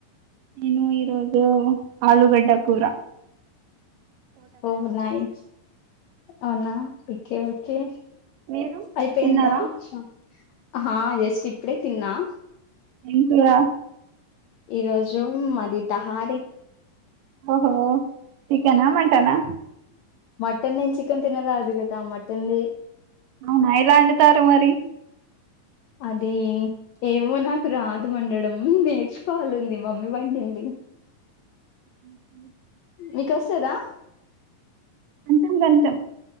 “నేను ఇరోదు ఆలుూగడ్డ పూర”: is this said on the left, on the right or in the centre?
Right